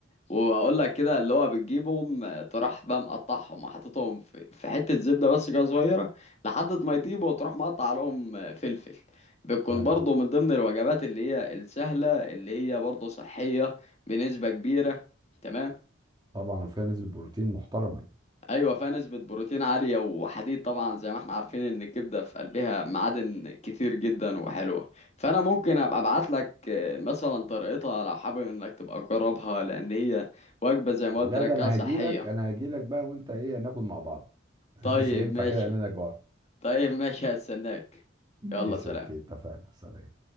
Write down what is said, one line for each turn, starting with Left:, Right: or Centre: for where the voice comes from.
Left: وأقول لك كده اللي هو بتجيبهم آه، تروح بقى مقطعهم وحاططهم في في حتة زبدة بس كده صغيرة لحد ما يطيبوا وتروح مقطع عليهم آه، فلفل بتكون
Right: ايوه
Left: برضه من ضمن الوجبات اللي هي السهلة اللي هي برضه صحية بنسبة كبيرة تمام
Right: طبعا وفيها نسبه بروتين محترمه يعني
Left: ايوه فيها نسبة بروتين عالية وحديد طبعا زي ما احنا عارفين ان الكبدة في قلبها معادن كتير جدا وحلوة فانا ممكن ابقى ابعت لك آه، مثلا طريقتها لو حابب انك تبقى تجربها لان هي وجبة زي ما
Right: لا
Left: قلت لك
Right: ده
Left: كده
Right: انا
Left: صحية
Right: هاجي لك انا هاجي لك بقى وانت ايه ناكل مع بعض <laughs>
Left: طيب
Right: مش هينفع
Left: ماشي
Right: كده لان انا جوعت
Left: طيب ماشي هستناك
Right: ماشي
Left: يلا سلام
Right: اوكي اتفقنا سلام